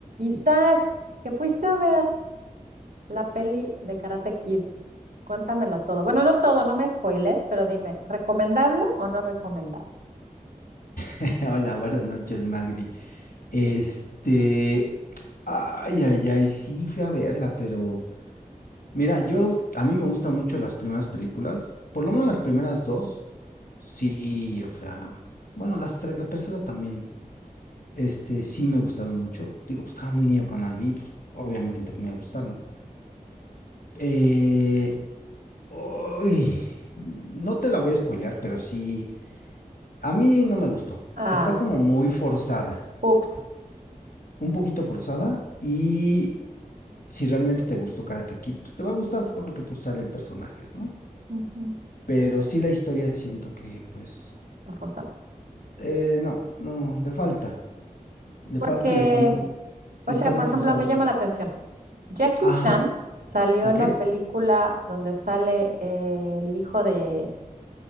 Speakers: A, on the right (about 80°); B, on the left (about 80°).
A: Isaac, que fuiste a ver la peli de Karate Kid, cuéntamelo todo. Bueno, no todo, no me spoiles, pero dime, ¿recomendable o no recomendable?
B: <laughs> Hola, buenas noches, Magdi. Este, ay, ay, ay, sí fui a verla, pero mira, yo, a mí me gustan mucho las primeras películas, por lo menos las primeras dos, sí, o sea, bueno, las tres, la tercera también, este, sí me gustaron mucho. Digo, pues estaba muy niño cuando las vi, pues, obviamente me gustaron. Eh, uy, no te la voy a spoilear, pero sí, a mí no me gustó.
A: Ah,
B: Está
A: ok.
B: como muy forzada
A: Ups.
B: un poquito forzada y si realmente te gustó Karate Kid, pues te va a gustar porque pues salen personajes, ¿no?
A: Ujú,
B: Pero sí la historia siento que pues
A: la forzaba.
B: eh, no, no, le falta, le
A: Porque,
B: falta y está muy,
A: o
B: está
A: sea,
B: muy
A: por
B: forzado
A: ejemplo, me llama
B: que,
A: la atención. Jackie
B: ajá,
A: Chan salió
B: ok,
A: en la película donde sale eh, el hijo de,